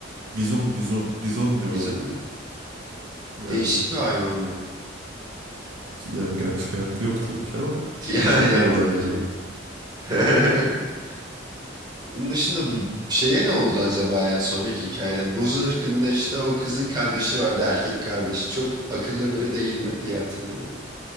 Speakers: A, on the right; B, on the right.
A: Bizon, Bizon, Bizon diyorlardı.
B: Bizim mi?
A: Yani
B: Değişik bir hayvandı.
A: yani gerçek hayatta yok tabii ki ama
B: <laughs> Ya
A: Bizon
B: ya
A: diyorlardı
B: tabii ki.
A: ya.
B: <laughs> Onun dışında şeye ne oldu acaba ya sonraki hikayede? Buz ırkında işte o kızın kardeşi vardı, erkek kardeşi. Çok akıllı biri değildi diye hatırlıyorum.